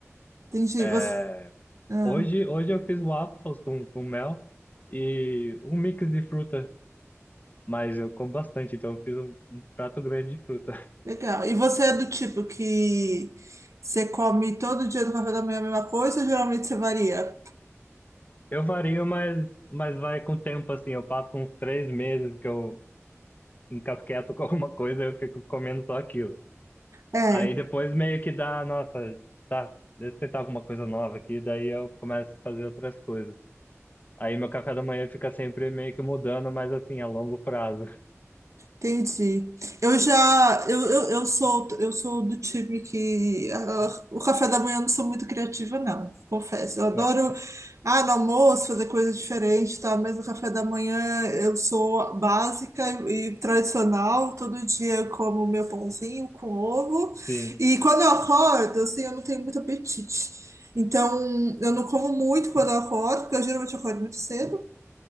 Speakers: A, on the right (about 75°); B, on the left (about 35°).
A: Entendi.
B: É,
A: Você... Ah,
B: hoje, hoje eu fiz waffles com, com mel e um mix de fruta, mas eu como bastante, então eu fiz um, um prato grande de fruta.
A: legal. E você é do tipo que você come todo dia no café da manhã a mesma coisa ou geralmente você varia?
B: Eu vario, mas, mas vai com o tempo, assim. Eu passo uns três meses que eu encasqueto com alguma coisa, eu fico comendo só aquilo.
A: É,
B: Aí depois meio que dá, nossa, deixa eu tentar alguma coisa nova aqui, daí eu começo a fazer outras coisas. Aí meu café da manhã fica sempre meio que mudando, mas assim, a longo prazo. <laughs>
A: Entendi. Eu já, eu, eu, eu sou, eu sou do time que ah, o café da manhã eu não sou muito criativa, não, confesso. Eu adoro,
B: Não,
A: ah, no almoço fazer coisa diferente, tá? Mas no café da manhã eu sou básica e, e tradicional. Todo dia eu como meu pãozinho com ovo.
B: Sim,
A: E quando eu acordo, assim, eu não tenho muito apetite. Então, eu não como muito quando eu acordo, porque eu geralmente acordo muito cedo.